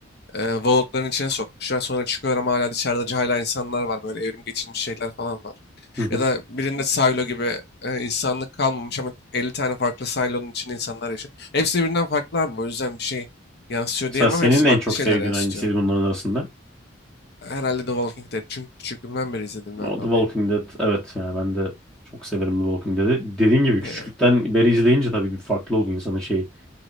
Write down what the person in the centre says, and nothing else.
Hı hı.
Mesela
senin
en çok
sevdiğin
hangisiydi bunların arasında?
O
The Walking Dead. Evet yani ben de çok severim The Walking Dead'i. Dediğin gibi
küçüklükten beri izleyince tabii bir farklı oldu insanın şeyi.